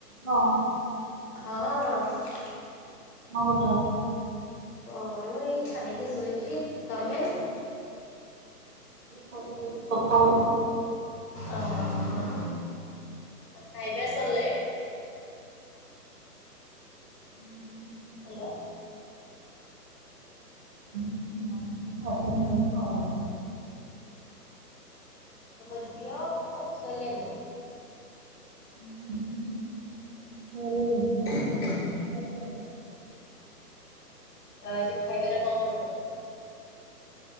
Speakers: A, on the right; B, on the left.
A: ହ।
B: ହଁ।
A: କଣ କରୁଚ?
B: ପରେ ମୁଁ ଏଇ ଖାଇକି ଶୋଇଛି ତମେ?
A: ଖାଇ ସେ କଥା ହଉନୁ?
B: ଓ ହୋ। ଆଉ ଖାଇବା ସରିଲାଣି?
A: ହଁ
B: ହ୍ୟାଲୋ।
A: <unintelligible> ଆସିଲେ ଶୋଇବ ଆଉ।
B: ତମ ଝିଅ ପୁଅ ଶୋଇଲେ ନା।
A: <inaudible>
B: ଙ୍ଖୁ ଙ୍ଖୁ।
A: <unintelligible>
B: ତ ଆଜି ଖାଇବାରେ କଣ କରିଥିଲ?